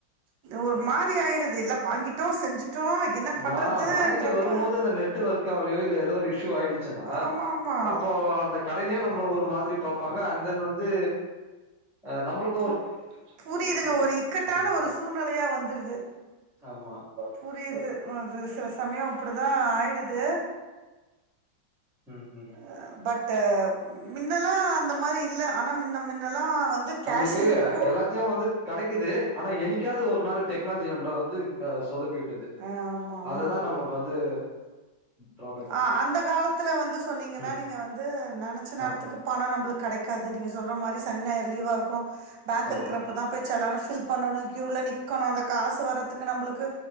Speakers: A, on the right (about 80°); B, in the centre.
A: ஒரு மாரி ஆயிடுது எல்லா வாங்கிட்டோ செஞ்சுட்டோ என்ன
B: வா
A: பண்றதுன்றப்ப
B: வாங்கிட்டு வரும்போது இந்த நெட் ஒர்க் ஆகலயோ இல்ல ஏதோ ஒரு இஷ்யூ ஆயிடுச்சுனா
A: ஆமாம் ஆமாம்
B: அப்போ அந்த க இப்பமே நம்மள ஒரு மாரி பாப்பாங்க அன் தென் வந்து அ நம்மளுக்
A: கு புரியுதுங்க ஒரு இக்கட்டான
B: ம்
A: ஒரு சூழ்நெலயா வந்துருது
B: ஆமா
A: புரியுது அது சில சமய அப்டிதா ஆயிடுது
B: ம் ம்
A: அ பட்டு மின்னலா அந்த மாரி இல்ல ஆனா மின்ன மின்னலா வந்து
B: நம்மளுக்கு
A: கேஷ் இருக்கு
B: எல்லாத் ஜியோ வந்து கெடைக்குது ஆனா என்னிக்காவது ஒரு நாள் டெக்னாலஜி நம்மள வந்து சொதப்பி விட்டுது
A: ஆமா
B: அததா
A: ஆமா அதுலயு
B: நமக்கு வந்து டிராபேக்
A: ஆ அந்த காலத்தில வந்து சொன்னீங்கனா
B: ம்
A: நீங்க வந்து நெனச்ச நேரத்துக்கு
B: ஆ
A: பண நம்மளுக்கு கெடக் காது நீங்க சொல்ற மாரி சனி நாயர் லீவா இருக்கு பேங்க்
B: ஆமா
A: இருக்கிறப்பதா போய் செலான ஃபில் பண்ணணு க்யூல நிக்கணு அந்த காசு வர்ரதுக்கு நம்மளுக்கு